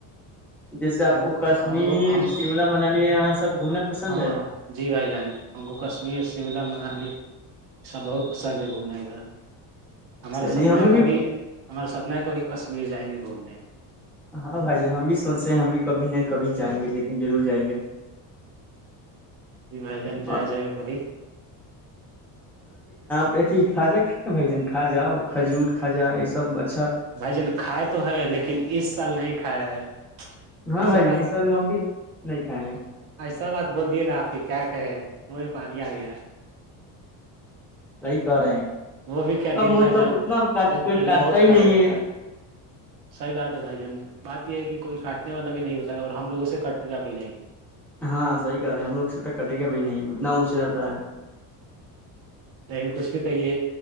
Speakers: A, in the centre; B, on the right.
A: جیسے آپ
B: ہم
A: کو کشمیر
B: ہم کو ہم کو
A: شملہ منالی یہاں سب گھومنا پسند
B: ہاں
A: ہے
B: جی بھائی جان ان کوو کشمیر شملہ میں یہ سب بہت پسند ہے گھومنادھر ہمارا
A: چلیے
B: سپنا
A: ہمیں
B: ہے
A: بھی
B: کبھی ہمارا سپنا ہے کبھی کشمیر جائیں گے گھومنے
A: ہاں بھائی جان ہم بھی سوچ رہے ہیں ہم بھی کبھی نہ کبھی جائیں گے لیکن ضرور جائیں گے
B: جی بھائی جان جیا
A: اور
B: جائے گا کبھی
A: ا خجا کا بجن کجا کھجور کجا یہ سب <unintelligible>
B: بھائی جان کھائے تو ہے لیکن اس سال نہیں کھائے ہے
A: ہاں
B: ایسا
A: بھائی جن یہ سبب ہم بھی نہیں کھائے ہیں
B: سر بات بول دیے نا آپ کی کیا کہے مہے پانی آ گیا
A: صی کہ رہے ہیں
B: وہ بھی کیا
A: اب
B: دن
A: مطلب
B: تھا جب
A: اتنا کاٹ
B: جب
A: کوئی
B: پہلے
A: کاٹتا
B: بہت
A: ہی
B: کھا
A: نہیں
B: رہے
A: ہے
B: تھے
A: ج <inaudible>
B: صحیح بات ہے بھائی جان بات یہ ہے کہ کوئی کٹ والا بھی نہیں ہوتا ہے اور ہم لگوں سے کٹ ا بھی نہیںائی
A: ہاں صحیح رہ ہے ہم لوگ سے تک کٹے گ بھائی نہیں نہ اونچے آتا ہے
B: لیکن کچھ بھی کہیے